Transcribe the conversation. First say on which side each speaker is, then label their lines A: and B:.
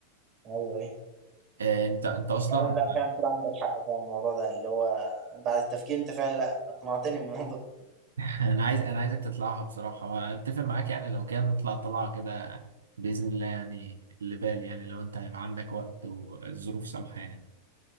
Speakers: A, on the right; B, on the right.
A: ايوه ايوه
B: آه انت انت اصلا
A: فعلا لا فعلا طلع عندك حق في الموضوع ده اللي هو بعد التفكير انت فعلا لا اقنعتني بالموضوع
B: <laughs> انا عايز انا عايزك تطلعها بصراحه واتفق معاك يعني لو كان نطلع طلعه كده باذن الله يعني اللي بالي يعني لو انت هيبقى عندك وقت والظروف سامحه يعني